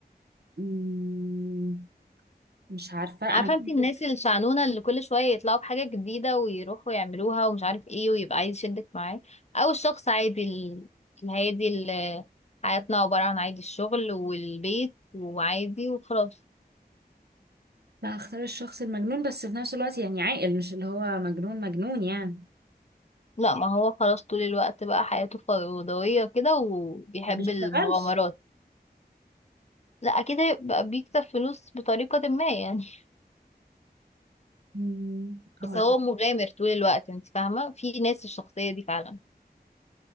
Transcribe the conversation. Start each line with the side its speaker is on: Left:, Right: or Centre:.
Right: مم، مش عارفه
Left: عارفة
Right: انا بحب
Left: انت الناس الشعنونة اللي كل شوية يطلعوا بحاجة جديدة ويروحوا يعملوها ومش عارف ايه ويبقى عايز يشدك معاه او الشخص عادي ال- الهادي اللي حياتنا عبارة عن عادي الشغل والبيت وعادي وخلاص
Right: لا هختار الشخص المجنون بس في نفس الوقت يعني عاقل مش اللي هو مجنون مجنون يعني
Left: لا ما هو خلاص طول الوقت بقى حياته فوضوية كده وبيحب
Right: ما بيشتغلش
Left: المغامرات لا أكيد هيبقى بيكسب فلوس بطريقة ما يعني
Right: مم، هو
Left: بس هو مغامر طول الوقت انت فاهمة في ناس الشخصية دي فعلا